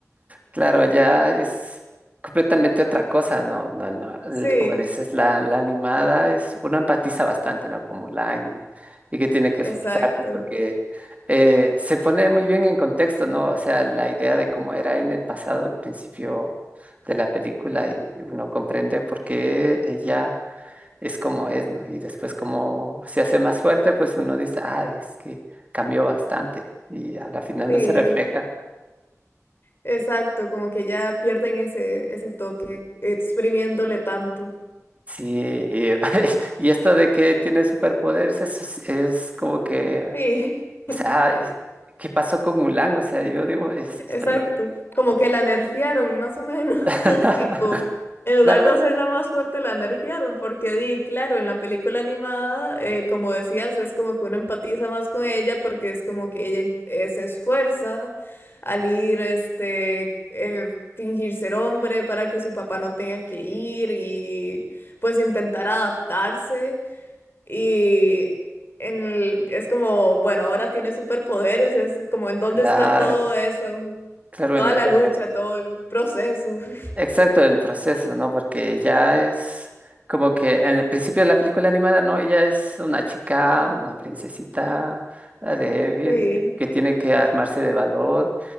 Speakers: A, on the right; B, on the left.
A: Claro, ya es completamente otra cosa, ¿no? No, no, el-
B: Sí,
A: como dices, la, la animada es, uno empatiza bastante, ¿no? Como Mulan y, y que tiene que
B: exacto,
A: esforzarse porque eh, se pone muy bien en contexto, ¿no? O sea, la idea de cómo era en el pasado, al principio de la película y uno comprende por qué ella es como es, ¿no? Y después como se hace más fuerte, pues uno dice, ah, es que cambió bastante y a la final
B: sí,
A: no se refleja.
B: exacto, como que ya pierden ese, ese toque exprimiéndole tanto.
A: Sí, y, <laughs> y esto de que tiene superpoderes eso es, es como que,
B: Sí,
A: o
B: <laughs>
A: sea, es- ¿qué pasó con Mulan? O sea, yo digo, es,
B: exacto.
A: esta no.
B: Como que la nerfearon, más o menos.
A: <laughs>
B: <laughs> Tipo, en lugar
A: Claro,
B: de hacerla más fuerte, la nerfearon. Porque di, claro, en la película animada, eh, como decías, es como que uno empatiza más con ella porque es como que ella in- eh, se esfuerza al ir, este, eh, fingir ser hombre para que su papá no tenga que ir y pues intentar adaptarse. Y en el- es como, bueno, ahora tiene superpoderes, es como en dónde
A: claro,
B: está todo eso,
A: claro,
B: toda
A: en la-
B: la
A: en
B: lucha,
A: la-
B: todo el proceso. <laughs>
A: exacto el proceso, ¿no? Porque ya es como que en el principio de la película animada, ¿no? Ella es una chica, una princesita ah, débil,
B: Sí,
A: que tiene que armarse de valor